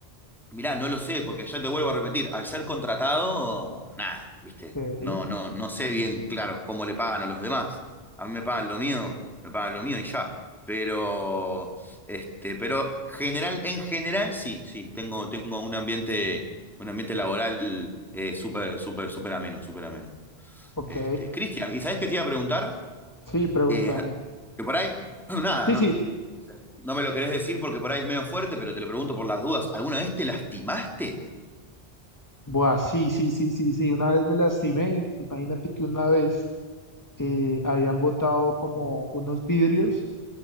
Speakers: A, in the centre; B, on the left.
A: Mirá, no lo sé, porque yo te vuelvo a repetir, al ser contratado, nada, ¿viste?
B: ok,
A: No, no, no sé bien, claro, cómo le pagan a los demás. A mí me pagan lo mío, me pagan lo mío y ya. Pero, este, pero general, en general, sí, sí, tengo, tengo un ambiente, un ambiente laboral eh, súper, súper, súper ameno, súper ameno.
B: ok.
A: Este, Cristian, ¿y sabés qué te iba a preguntar?
B: Sí, pregúntame.
A: Eh, que por ahí, <clears throat> nada,
B: Sí,
A: no,
B: sí.
A: no me lo querés decir porque por ahí es medio fuerte, pero te lo pregunto por las dudas. ¿Alguna vez te lastimaste?
B: Buah, sí, sí, sí, sí, sí. Una vez me lastimé. Imagínate que una vez eh, habían botado como unos vidrios